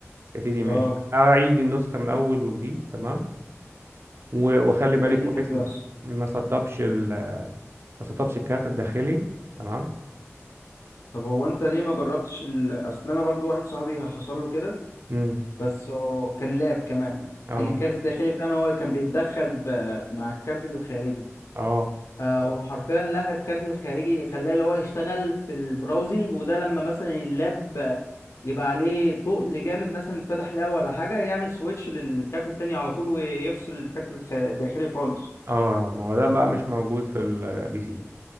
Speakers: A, on the right; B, on the left.
A: يا سيدي ماشي
B: اه
A: اعيد النسخه من اول وجديد تمام و- واخلي بالي
B: ايه اللي
A: كويس
B: كان بيحصل
A: ما ما سطبش ال... ما سطبش الكارت الداخلي تمام
B: طب هو انت ليه ما جربتش ال... اصل انا برضو واحد صاحبي حصل له كده
A: امم
B: بس هو كان لاب كمان
A: اه
B: كان الكارت الداخلي فعلا هو اللي كان بيتدخل ب... مع الكارت الخارجي
A: اه
B: آه، هو حرفيا لغى الكارت الخارجي خلاه اللي هو يشتغل في البراوزنج وده لما مثلا اللاب يبقى عليه تقل جامد مثلا فتح لاب ولا حاجة يعمل سويتش للكارت التاني على طول ويفصل الكارت الخ- الداخلي خالص
A: اه ما هو ده بقى مش موجود في البي سي